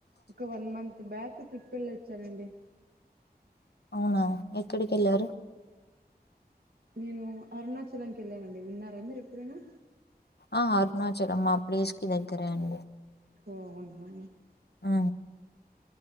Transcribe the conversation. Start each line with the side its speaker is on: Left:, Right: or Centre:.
Right: ఒక వన్ మం బ్యాక్ ట్రిప్ కెళ్ళొచ్చానండి
Left: అవునా ఎక్కడికెళ్ళారు
Right: నేను అరుణాచలంకి వెళ్ళానండి విన్నారా మీరు ఎప్పుడైనా
Left: ఆ అరుణచలం మా ప్లేస్ కి దగ్గరే అండి
Right: ఒ అవునా
Left: ఆ